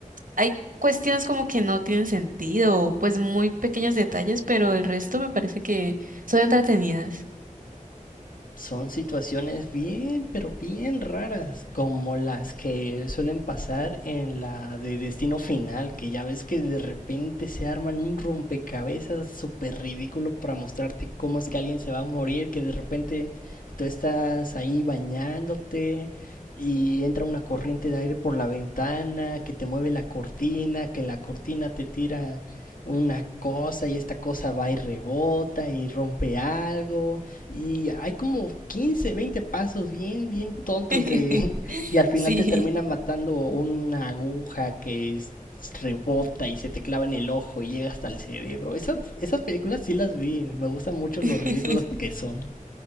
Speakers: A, on the right; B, on the left.
A: hay cuestiones como que no tienen sentido, pues muy pequeños detalles, pero el resto me parece que son entretenidas.
B: son situaciones bien, pero bien raras, como las que suelen pasar en la de Destino Final, que ya ves que de repente se arman un rompecabezas súper ridículo para mostrarte cómo es que alguien se va a morir, que de repente tú estás ahí bañándote y entra una corriente de aire por la ventana, que te mueve la cortina, que la cortina te tira una cosa y esta cosa va y rebota y rompe algo y hay como 15 20 pasos bien, bien tontos
A: <laughs>
B: de... <laughs> Y al final
A: Sí.
B: te termina matando una aguja que es- rebota y se te clava en el ojo y llega hasta el cerebro. Esas, esas películas sí las vi. Me gustan mucho los
A: <laughs>
B: ridículos que son.